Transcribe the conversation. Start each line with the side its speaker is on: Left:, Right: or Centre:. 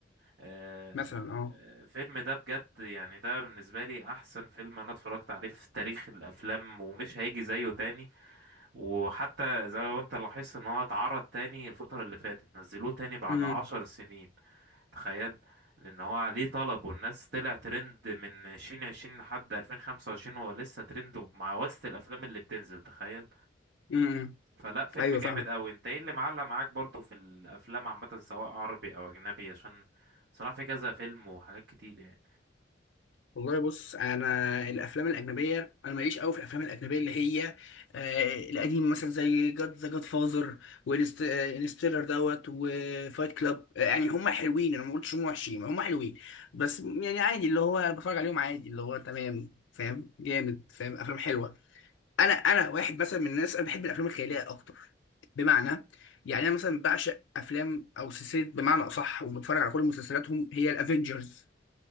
Right: آه،
Left: مثلا اه
Right: الفيلم ده بجد يعني ده بالنسبه لي احسن فيلم انا اتفرجت عليه في تاريخ الافلام ومش هيجي زيه تاني وحتى زي ما انت لاحظت ان هو اتعرض تاني الفتره اللي فاتت نزلوه تاني بعد
Left: امم
Right: عشر سنين تخيل لان هو عليه طلب والناس طلع ترند من 2020 لحد 2025 هو لسه ترند مع وسط الافلام اللي بتنزل تخيل
Left: امم
Right: فلا فيلم
Left: ايوه
Right: جامد
Left: فاهم
Right: قوي انت ايه اللي معلق معاك برضو في الافلام عامه سواء عربي او اجنبي عشان صراحه في كذا فيلم وحاجات كتير يعني
Left: والله بص انا الافلام الاجنبيه انا ماليش قوي في الافلام الاجنبيه اللي هي آه القديمه مثلا زي جاد ذا جاد فازر وانستيلر دوت وفايت كلاب آه يعني هم حلوين انا ما قلتش هم وحشين هم حلوين بس يعني عادي اللي هو انا بتفرج عليهم عادي اللي هو تمام فاهم جامد فاهم افلام حلوه انا انا واحد مثلا من الناس انا بحب الافلام الخياليه اكتر بمعنى يعني انا مثلا بعشق افلام او سلسله بمعنى اصح وبتفرج على كل مسلسلاتهم هي الافينجرز